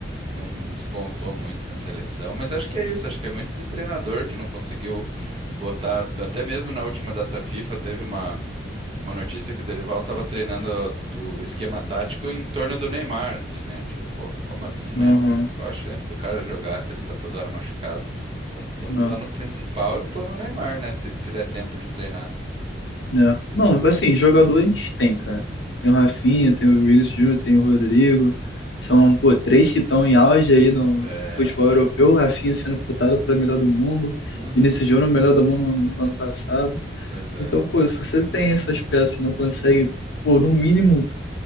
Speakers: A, on the right (about 30°); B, on the left (about 75°).
A: não despontou muito na seleção. Mas acho que é isso, acho que é muito de treinador que não conseguiu botar, até mesmo na última data FIFA teve uma uma notícia que o Dorival estava treinando o esquema tático em torno do Neymar, assim, né? Tipo, pô, como assim, né?
B: Uhum,
A: Qual a chance do cara jogar se ele tá toda hora machucado? Tem que ter um
B: não.
A: plano principal e um plano Neymar, né? Se, se der tempo de treinar.
B: né? Não, assim, jogador a gente tem, cara. Tem o Rafinha, tem o Vinícius Júnior, tem o Rodrigo. São, pô, três que estão em auge aí no
A: É.
B: futebol europeu. O Rafinha sendo cotado para melhor do mundo.
A: Uhum,
B: Vinícius Júnior, melhor do mundo no, no ano passado.
A: pois é.
B: Então, pô, se você tem essas peças e não consegue, pô, no mínimo,